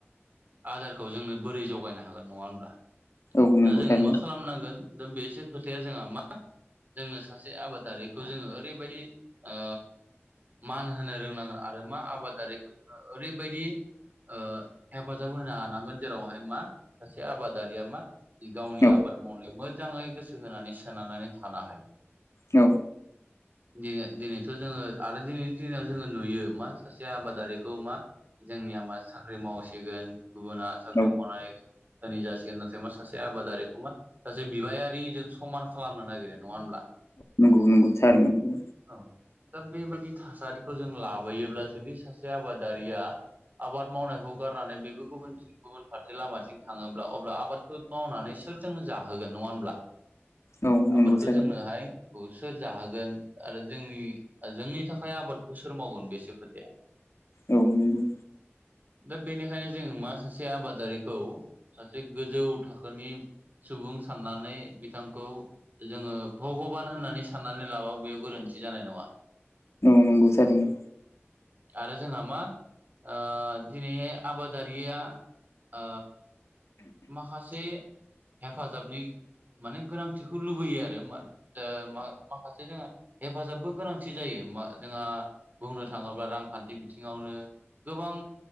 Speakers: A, on the right (about 40°); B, on the left (about 90°).
A: आदारखौ जोंनो बोरै जगायनो हागोन नङा होनोमब्ला।
B: औ नंगौ
A: दा जोङो
B: थारैनो
A: मा खालामनांगोन दा बेसो खोथाया जोंहा मा जोंनो सासे आबादारिखौ जोङो ओरैबायदि ओ मान होनो रोंनांगोन आरो मा आबादारिखौ जोङो ओरैबायदि ओ हेफाजाब होनो हानांगोन जेरावहाय मा सासे आबादारिया मा गावनि
B: औ
A: आबाद मावनायाव मोजाङै गोसो होनानै सोननानै थानो हाय।
B: औ
A: <inaudible> दिनै दिनैथ' जोङो आरो दिनैनि दिनाव जोङो नुयो मा सासे आबादारिखौ मा। जोंनिया मा साख्रि मावसिगोन गुबुना साख्रि
B: औ
A: मावनानै दिनि जासिगोन नाथाय मा सासे आबादारिखौमा सासे बिबायारिजों समान खालामनो नागिरो नङा होनब्ला
B: नोंगौ नोंगौ थारैनो नंगौ।
A: औ दा बेबायदि थासारिखौ जों लाबोयोब्ला जुदि सासे आबादारिया आबाद मावनायखौ गारनानै बेबो गुबुन गुबुन फारसे लामाथिं थाङोब्ला अब्ला आबादखौ मावनानै सोरजोंनो जाहोगोन नङा होनब्ला
B: औ नंगौ
A: आबादखौ
B: थारैनो
A: जोंनोहाय सोर जाहोगोन आरो जोंनि जोंनि थाखाय आबादखौ सोर मावगोन बेसो खोथाया।
B: औ नंगौ
A: दा बेनिखायनो जोङो मा सासे आबादारिखौ सासे गोजौ थाखोनि सुबुं साननानै बिथांखौ जोङो भगबान होननानै साननानै लाबा बेयाव। गोरोन्थि जानाय नङा।
B: नोंगौ थारैनो।
A: आरो जोंहा मा ओ दिनैहाय आबादारिया। ओ माखासे हेफाजाबनि माने गोनांथिखौ लुबैयो आरो मा ओ माखासे जोंहा हेफाजाबबो गोनांथि जायो जोंहा बुंनो थाङोब्ला रांखान्थि बिथिङावनो गोबां